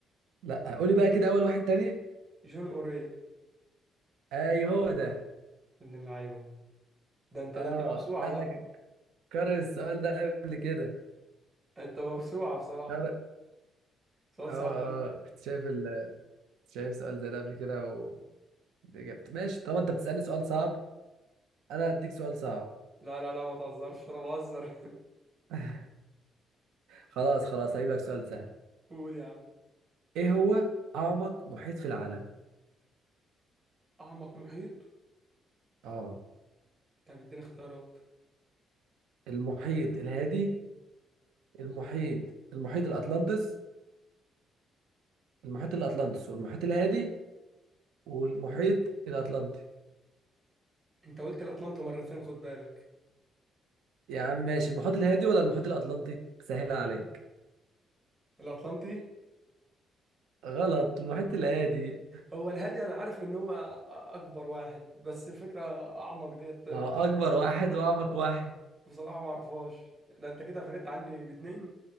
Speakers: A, on the right; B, on the right.
A: لا قولي بقى كده اول واحد تاني
B: جون اوريل
A: ايوه هو ده
B: ابن اللعيبه ده انت
A: اه
B: ده انت موسوعه
A: لا
B: بقى
A: انا قارئ السؤال ده قبل كده
B: انت موسوعه بصراحه
A: قارئ
B: سؤال
A: اه
B: صعب قوي
A: اه كنت شايف ال... كنت شايف سؤال زي ده قبل كده و... إجابة. ماشي طالما انت بتسألني سؤال صعب انا هديك سؤال صعب
B: لا لا لا ما تهزرش انا بهزر <laughs>
A: <laughs> خلاص خلاص هجيب لك سؤال سهل
B: قول يا عم
A: ايه هو اعمق محيط في العالم
B: اعمق محيط
A: اه
B: طب اديني اختيارات
A: المحيط الهادي المحيط المحيط الاطلنطس المحيط الاطلنطس والمحيط الهادي والمحيط الاطلنطي
B: انت قلت الاطلنطي مرتين خد بالك
A: يا عم ماشي المحيط الهادي ولا المحيط الاطلنطي سهلها عليك
B: الاطلنطي
A: غلط المحيط الهادي
B: هو الهادي انا عارف ان هو اكبر واحد بس الفكره اعمق ديت بصراحه
A: ما هو اكبر واحد واعمق واحد
B: بصراحة ما اعرفهاش ده انت كده فرقت عني باتنين